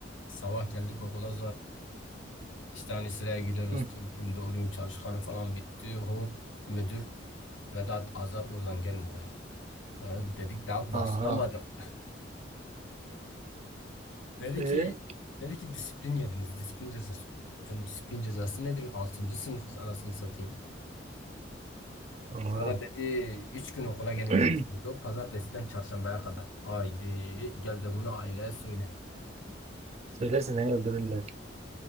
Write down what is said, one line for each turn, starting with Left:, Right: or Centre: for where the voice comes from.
Left: sabah geldik okula işte hani sıraya giriyoruz.
Right: Hı.
Left: Türk'üm, doğruyum, çalışkanım falan bitti. Hop müdür Vedat Azat Ozan gelin buraya. Ben dedik daha
Right: Aha.
Left: başlamadık. Dedi
Right: E?
Left: ki dedi ki disiplin yediniz. Disiplin cezası. Hocam disiplin cezası nedir? altıncı sınıfız anasını satayım.
Right: Aha.
Left: Sonra dedi üç gün okula gelmeyeceksiniz.
Right: <clears throat>
Left: O pazartesiden çarşambaya kadar. Haydi gel de bunu aileye söyle.
Right: Söylersen seni öldürürler.